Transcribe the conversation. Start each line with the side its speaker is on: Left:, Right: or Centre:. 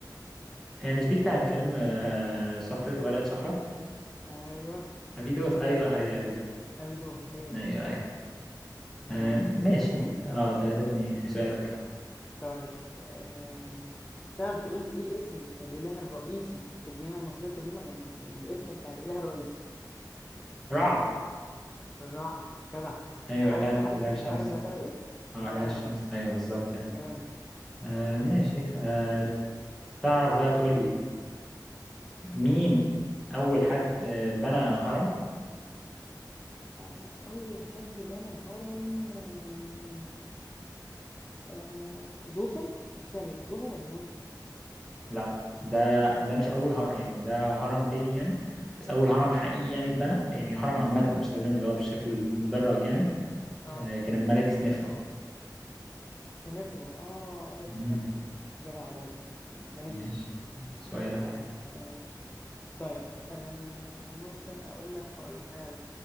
Centre: هي مش دي بتاعت فيلم آه، شفرة ورقة شفرة
Left: أيوه
Centre: أبيدوس أيوه هي أبيدوس
Left: أبيدوس هي
Centre: أيوه
Left: دي
Centre: أيوه
Left: ماشي
Centre: آه ماشي
Left: تلاتة اتنين
Centre: أه تلاتة اتنين يعني سؤالك
Left: طيب آم، تعرف تقول لي ايه اسم الاله الرئيسي في الديانه المصريه القديمه يعني الاسم بتاع الاله الرئيسي
Centre: رع
Left: الرع جدع
Centre: أيوه
Left: عارف
Centre: لا لا
Left: عارف
Centre: الشمس
Left: عارف ده اله ايه
Centre: أه
Left: جدع
Centre: لا الشمس أيوه بالظبط يعني
Left: جامد
Centre: آه ماشي آه
Left: ماشي
Centre: تعرف بقى تقول لي مين أول حد آه بنى هرم؟
Left: آه، اول حد بنى هرم آه، آه، زوسر مش فاكر زوسر ولا مين
Centre: لا ده ده مش أول هرم يعني ده هرم تاني يعني بس أول هرم حقيقي يعني اتبنى يعني هرم عامة مش لازم اللي هو بالشكل المدرج يعني
Left: اه
Centre: آه كان الملك سنفرو
Left: سنفرو اه ايوه
Centre: مم.
Left: افتكرت جدع بولا ماشي
Centre: ماشي سؤالك
Left: آه، طيب آه، ممكن اقول لك هقول لك حاجه